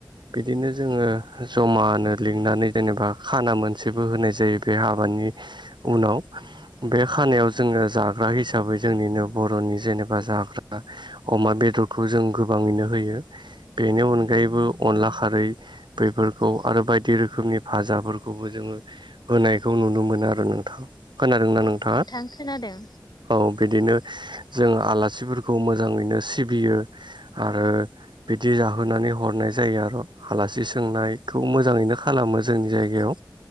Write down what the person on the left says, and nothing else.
औ
औ
नोंथां खोनादों